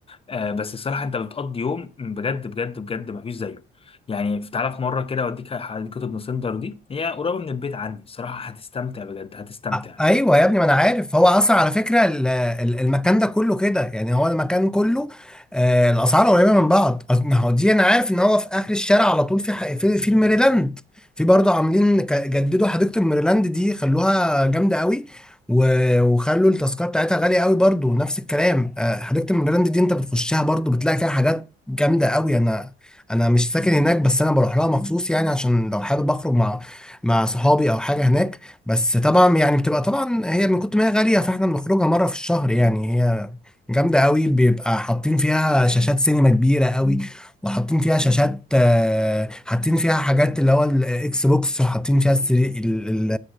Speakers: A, on the left; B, in the centre.
A: آه بس الصراحه انت بتقضي يوم بجد بجد بجد ما فيش زيه يعني تعالى في مره كده اوديك حديقه ابن سندر دي هي قريبه من البيت عندي الصراحه هتستمتع بجد هتستمتع
B: أ- ايوه يا ابني ما انا عارف هو اصلا على فكره ال- ال- المكان ده كله كده يعني هو المكان كله آه، الاسعار قريبه من بعض أص- ما هو دي انا عارف ان هو في اخر الشارع على طول في ح- في, في الميريلاند في برضه عاملين ك- جددوا حديقه الميريلاند دي خلوها جامده قوي و- وخلوا التذكره بتاعتها غاليه قوي برضه نفس الكلام آه، حديقه الميريلاند دي انت بتخشها برضه بتلاقي فيها حاجات جامده قوي انا انا مش ساكن هناك بس انا بروح لها مخصوص يعني عشان لو حابب اخرج مع مع صحابي او حاجه هناك بس طبعا يعني بتبقى طبعا هي من كتر ما هي غالية فاحنا بنخرجها مرة في الشهر يعني هي جامدة قوي بيبقى حاطين فيها شاشات سينما كبيرة قوي وحاطين فيها شاشات آه، حاطين فيها حاجات اللي هو الاكس بوكس وحاطين فيها السري- ال- ال-